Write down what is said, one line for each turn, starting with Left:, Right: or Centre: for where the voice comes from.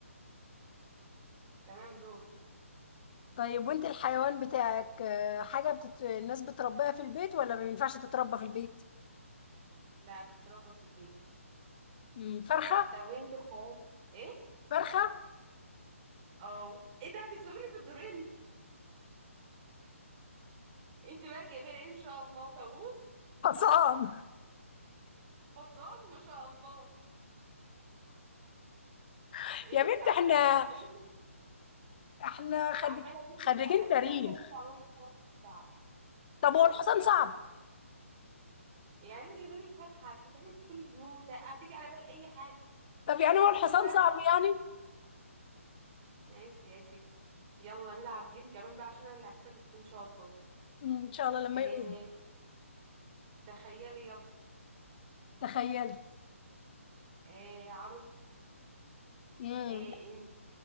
Right: تمام دور
Left: طيب وانت الحيوان بتاعك آه، حاجة بتت... الناس بتربيها في البيت ولا ما ينفعش تتربى في البيت؟
Right: لا بتتربى في البيت
Left: مم، فرخة
Right: طب وانت الحيوان ايه
Left: فرخة
Right: اه ايه ده هتكسبيني في الدورين انتي بقى جايبه لي ايه ان شاء الله طاووس
Left: حصان
Right: حصان ما شاء الله
Left: <laughs>
Right: ايه
Left: يا بنت
Right: مش عارفة
Left: احنا
Right: انا بجيب
Left: احنا خريج...
Right: عماله اجيب
Left: خريجين
Right: لك حاجات
Left: تاريخ
Right: سهله وانت عماله تجيب حاجات صعبه
Left: طب
Right: ايه
Left: هو الحصان صعب
Right: يعني انا جايبه لك فرخه هتتعمل في كل البيوت هتيجي على بال اي حد
Left: طب
Right: لكن
Left: يعني هو
Right: حصان
Left: الحصان
Right: ده
Left: صعب يعني
Right: ماشي يا ستي يلا نلعب جيم كمان بقى عشان انا اللي هكسبك فيه ان شاء الله
Left: مم، ان شاء الله لما
Right: إيه
Left: يقوم
Right: تخيلي يلا
Left: تخيلت
Right: إيه عروستي
Left: امم
Right: إيه انت